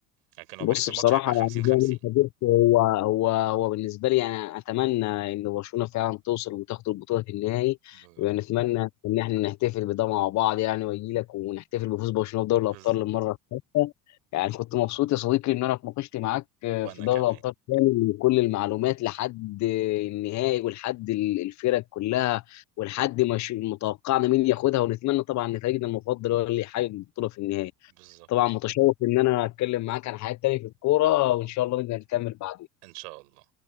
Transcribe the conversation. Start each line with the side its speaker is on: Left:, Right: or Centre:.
Right: لكن لو
Left: بص
Right: باريس الماتش
Left: بصراحة
Right: هيبقى 50
Left: يعني
Right: 50
Left: زي ما انت قلت هو هو هو بالنسبة لي يعني أتمنى إن برشلونة فعلا توصل وتاخد البطولة في النهائي
Right: بالظبط
Left: ونتمنى إن إحنا نحتفل بده مع بعض يعني وأجي لك ونحتفل بفوز برشلونة بدوري الأبطال
Right: بالظبط
Left: للمرة الثالثة يعني كنت مبسوط يا صديقي إن أنا اتناقشت معاك في
Right: وانا
Left: دوري
Right: كمان
Left: الأبطال كامل وكل المعلومات لحد النهائي ولحد ال- الفرق كلها ولحد ما ش- متوقعنا مين ياخدها ونتمنى طبعا إن فريقنا المفضل هو اللي يحقق البطولة في النهائي.
Right: بالظبط
Left: طبعا متشوق ان انا اتكلم معاك عن حاجات تانية في الكوره وان شاء الله نقدر نكمل بعدين
Right: ان شاء الله